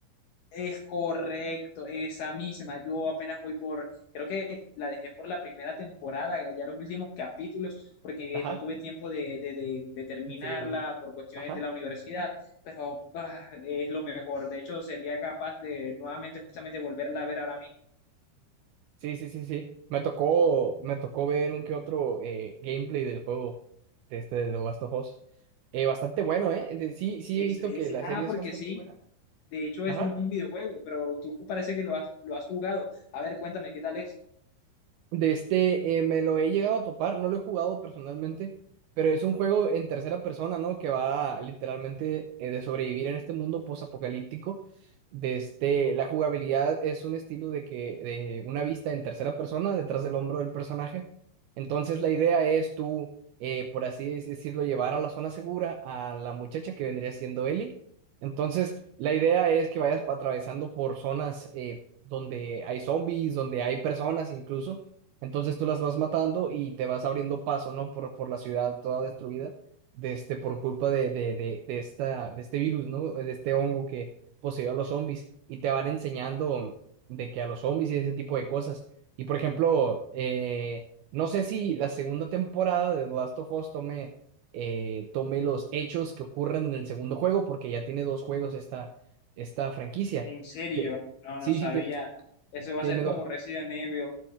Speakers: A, on the left; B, on the right.
A: es correcto, esa misma. Yo apenas voy por, creo que la dejé por la primera temporada, ya los últimos capítulos, porque
B: Ajá.
A: no tuve tiempo de, de- de- de terminarla
B: de Seguir viendo.
A: por cuestiones
B: Ajá.
A: de la universidad, pero ah, es lo mejor. De hecho, sería capaz de nuevamente justamente volverla a ver ahora mismo.
B: Sí, sí, sí, sí. Me tocó, me tocó ver un que otro eh, gameplay del juego de este de The Last of Us. Eh, bastante bueno, ¿eh? De- sí, sí
A: Ese,
B: he visto que
A: ese-
B: la
A: Ah,
B: serie
A: porque
B: es bastante
A: sí.
B: buena.
A: De hecho,
B: Ajá.
A: es un videojuego, pero tú parece que lo has, lo has jugado. A ver, cuéntame, ¿qué tal es?
B: De este, eh, me lo he llegado a topar, no lo he jugado personalmente, pero es un juego en tercera persona, ¿no? Que va literalmente eh, de sobrevivir en este mundo post-apocalíptico. De este, la jugabilidad es un estilo de que, de una vista en tercera persona, detrás del hombro del personaje. Entonces la idea es tú, eh, por así dec- decirlo, llevar a la zona segura a la muchacha que vendría siendo Ellie. Entonces la idea es que vayas pa- atravesando por zonas eh, donde hay zombies, donde hay personas incluso entonces tú las vas matando y te vas abriendo paso, ¿no? Por, por la ciudad toda destruida, de este, por culpa de, de, de, de esta, de este virus, ¿no? De este hongo que poseyó a los zombies. Y te van enseñando de que a los zombies y ese tipo de cosas. Y por ejemplo, eh, no sé si la segunda temporada de The Last of Us tome, eh, tome los hechos que ocurren en el segundo juego, porque ya tiene dos juegos esta, esta franquicia.
A: En serio,
B: Te-
A: no,
B: sí,
A: no sabía.
B: sí, ti-
A: Eso va
B: tiene
A: a ser
B: dos.
A: como Resident Evil.